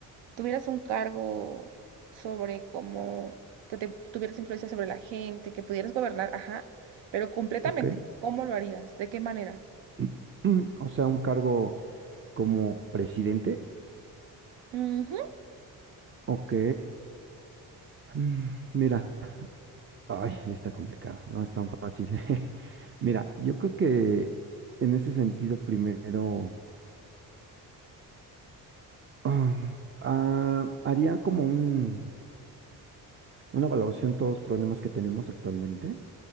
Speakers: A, on the right; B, on the right.
A: tuvieras un cargo sobre cómo, que te, tuvieras influencia sobre la gente, que pudieras gobernar, ajá, pero completamente,
B: ok.
A: ¿cómo lo harías? ¿De qué manera?
B: <clears throat> Mm, O sea, un cargo como presidente.
A: Ujú,
B: Ok. Mm, Mira, ay, está complicado, no es tan fácil. <laughs> Mira, yo creo que en ese sentido, primero. Ah, ah, haría como un, una valoración de todos los problemas que tenemos actualmente